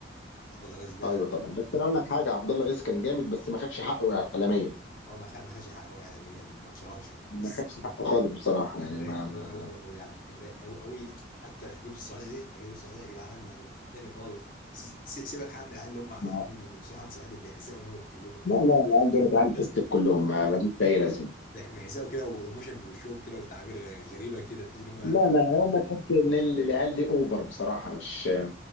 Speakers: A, on the left (about 45°); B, on the left (about 70°).
A: عبد الله غيث ده
B: ايوه طبعا بس انا اقول لك حاجه عبد الله غيث كان جامد بس ما خدش حقه اعلاميا
A: اه ما خ- ما خدش حقه اعلاميا ما ما اتشهرش
B: ما
A: بس
B: خدش حقه خالص بصراحه
A: كان
B: يعني
A: رايق
B: ما ما,
A: قوي قوي قوي قوي يعني كان رايق قوي قوي حتى لهجته السعوديه دي لهجته السعوديه يا جدعان يعني في تاني خالص سي- سي- سيبك يا عم من العيال اللي هم عاملين
B: ما
A: يمسكوا حد صعيدي بيحزقوا وهم بيتكلموا كده
B: لا لا العيال دول عيال
A: <laughs>
B: فستك كلهم ما ماليش اي لازمه
A: بيحزقوا كده وايموشن بوشهم كده وتعابير غ- غريبه كده تحس ان هم
B: لا لا هم تحس ان ال- العيال دي اوفر بصراحه مش